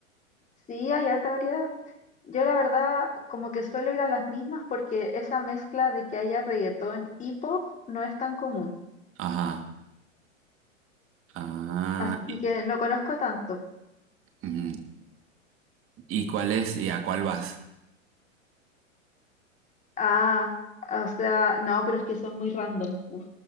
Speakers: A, on the left; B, on the right.
A: Sí, hay harta variedad. Yo la verdad como que suelo ir a las mismas porque esa mezcla de que haya reggaetón y pop no es tan común,
B: Ajá. Ah,
A: así
B: y,
A: que no conozco tanto.
B: ujú. ¿Y cuál es y a cuál vas?
A: Ah, o sea, no, pero es que son muy random. pu.